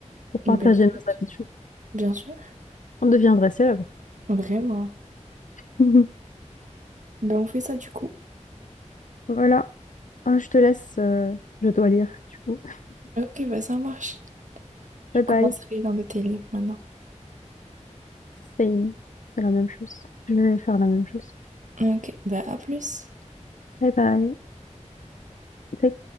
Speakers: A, on the left; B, on the right.
A: pour partager
B: Bah écoute,
A: nos habitudes.
B: bien sûr,
A: On deviendrait célèbre.
B: vraiment.
A: <laughs>
B: Bah on fait ça du coup.
A: Voilà, Euh, je te laisse, euh, je dois lire, du coup.
B: Ok, bah ça marche. Je
A: Bye bye.
B: commencerai dans de tes livres maintenant.
A: Same. C'est la même chose. Je vais faire la même chose.
B: Ok, bah à plus.
A: Bye bye. Take